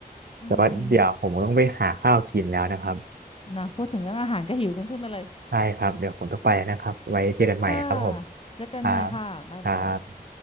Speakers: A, on the left; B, on the right.
A: อืม
B: แต่ว่าเดี๋ยวผมต้องไปหาข้าวกินแล้วนะครับ
A: นะพูดถึงเรื่องอาหารก็หิวกันขึ้นมาเลย
B: ใช่ครับเดี๋ยวผมต้องไปนะครับไว้เจอกันใหม่ครับผม
A: ค่ะเจอกันใหม่ค่ะบ๊ายบาย
B: ครับครับ